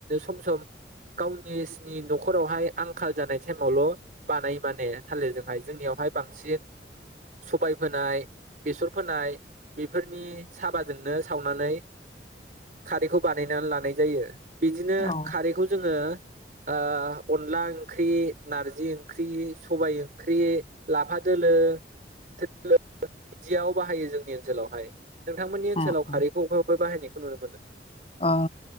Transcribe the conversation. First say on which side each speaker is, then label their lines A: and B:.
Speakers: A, on the right (about 50°); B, on the left (about 35°).
A: सम सम गावसिनि नखरावहाय आंखाल जानाय टाइमाल' बानायो माने थालिर जोंहाय जोंनियाव बांसिन सबाय फोनाय बेसर फोनाय बेफोरनि साबाजोंनो सावनानै खारैखौ बानायनानै लानाय जायो । बिदिनो
B: औ
A: खारैखौ जोङो आ अनला ओंख्रि नारजि ओंख्रि सबाय ओंख्रि । लाफा दोलो फाथो दोलो बिदियाव बाहायो जोंनि ओनसोलावहाय । नोंथांमोननि
B: उम
A: ओनसोलाव खारैखौ बबेबा बबेबा बाहायनायखौ नुनो मोनो?
B: ओ